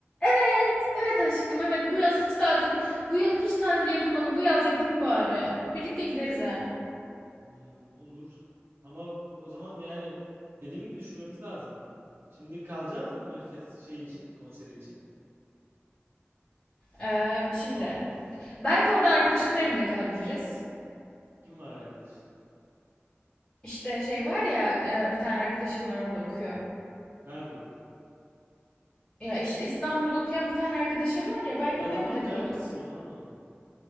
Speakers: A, on the left (about 25°); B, on the right (about 55°).
A: Evet, evet aşkım, evet. Bu yaz hiç tatili, bu yıl hiç tatili yapamadım. Bu yaz yapayım bari. Birlikte gideriz hem.
B: Hmm, olur. Ama o zaman yani dediğim gibi düşünmemiz lazım. Şimdi kalacağız mı manifest şeyi için, konseri için?
A: Ee, şimdi, belki orada arkadaşımın evinde kalabiliriz.
B: Kim var arkadaş?
A: İşte şey var ya, e, bir tane arkadaşım var orada okuyor.
B: Nerede o?
A: Ya işte İstanbul'da okuyan bir tane arkadaşım var ya, belki
B: Ya
A: onun
B: tamam
A: evinde kalırız.
B: nerede okuyor onu anlamadım.